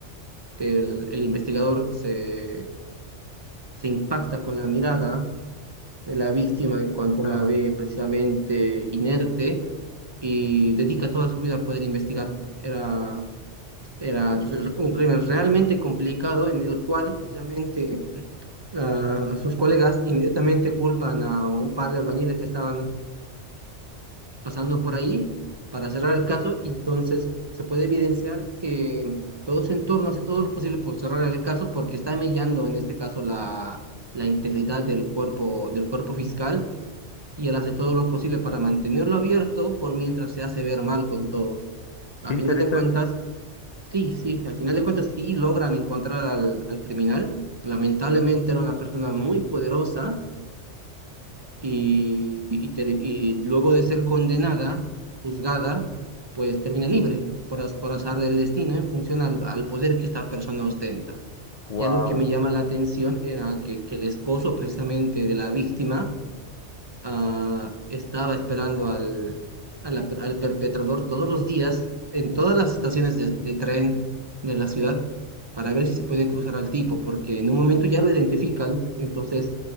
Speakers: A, on the right (about 35°); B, on the left (about 65°).
A: el, el investigador se, se impacta con la mirada de la víctima en cuanto
B: Ah,
A: la ve precisamente inerte y dedica toda su vida a poder investigar. Era, era entonces, un crimen realmente complicado en el cual precisamente... ah, sus colegas inmediatamente culpan a un par de albañiles que estaban pasando
B: ok.
A: por ahí para cerrar el caso y entonces se puede evidenciar que todo su entorno hace todo lo posible por cerrar el caso porque está mellando en este caso la, la integridad del cuerpo, del cuerpo fiscal y él hace todo lo posible para mantenerlo abierto por mientras se hace ver mal con todos. A
B: Qué
A: final
B: interesante.
A: de cuentas, sí, sí, al final de cuentas sí logran encontrar al, al criminal. Lamentablemente era una persona muy poderosa y, y ter- y luego de ser condenada, juzgada, pues termina libre por, az- por azar del destino en función al, al poder que esta persona ostenta.
B: Wow,
A: Y algo que me llama la atención era que, que el esposo precisamente de la víctima ah, estaba esperando al, a la- al perpetrador todos los días en todas las estaciones de, de tren de la ciudad para ver si se puede cruzar al tipo, porque en un momento ya lo identifican, entonces